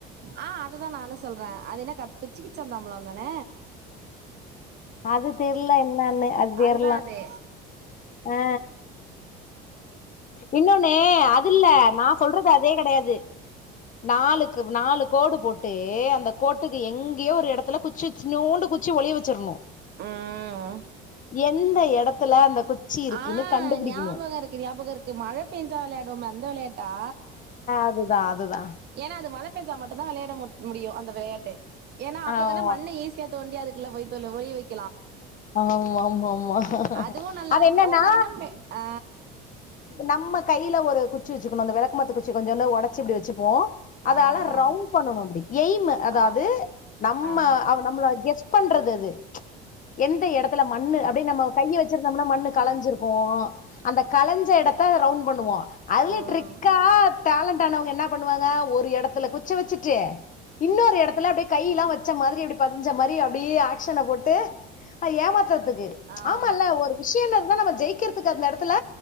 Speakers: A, on the right; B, on the left.
A: ஆ அததா நானு சொல்ற அது என்ன கத் கிச்சிக்கிச்சாந்தாம்பழ தான
B: அது தெர்ல என்னன்னு அது தெர்ல
A: அதுதான் அது.
B: ஆ இன்னொன்னு அது இல்ல நா சொல்றது அதே கெடையாது நாலுக்கு நாலு கோடு போட்டு அந்த கோட்டுக் கு எங்கயோ ஒரு எடத்துல குச்சி இத்துனோண்டு குச்சி ஒளிய வச்சிரணு
A: ம்
B: எந்த எடத்துல அந்த குச்சி இருக்குன்னு
A: ஆ
B: கண்டுபிடிக்கணும்
A: ஞாபக இருக்கு ஞாபக இருக்கு மழை பேஞ்சா வெளையாடுவோமே அந்த வெளையாட்டா
B: அதுதா அதுதா
A: ஏன்னா அது மழை பெஞ்சா மட்டும்தா வெளையாட மு முடியு அந்த வெளையாட்டு ஏனா அப்பதானே
B: ஆமா
A: மண்ணஈசி குழிய தோண்டி அதுக்குள்ள <unintelligible> ஒளிய வைக்
B: ஆமா ஆமா ஆமா
A: அதுவு நல்லா
B: அது
A: இருக்கு
B: என்னன்னா
A: மண்ணும் பெ ஆ
B: நம்ம கையில ஒரு குச்சி வச்சுக்கணு அந்த வெளக்கமாத்த குச்சி கொஞ்சோன்டு ஒடச்சு இப்டி வெச்சுகுவோ அதால
A: ஆ
B: ரவுண்ட் பண்ணனு அப்டி எய்ம் அதாவது
A: ஆ
B: நம்ம
A: ஆ
B: அவ நம்மள கெஸ் பண்றது அது எந்த எடத்துல மண்ணு அப்டியே நம்ம கைய வச்சிருந்தோம்னா மண்ணு கலஞ்சிருக்கோ அந்த கலஞ்ச எடத்த ரவுண்ட் பண்ணுவோ அதுலயு
A: ம்
B: ட்ரிக்கா டேலண்ட் ஆனவங்க என்ன பண்ணுவாங்க ஒரு எடத்துல குச்ச வச்சுட்டு இன்னொரு எடத்துல அப்டியே கையெல்லா வச்ச மாரி அப்டி பதிஞ்ச மாரி அப்டியே ஆக்க்ஷன போட்டு அ ஏமாத்துறதுக்கு
A: ஆமா
B: ஆமால்ல ஒரு விஷயம்னு இருந்தா நம்ம ஜெயிக்கிறதுக்கு அந்த எடத்துல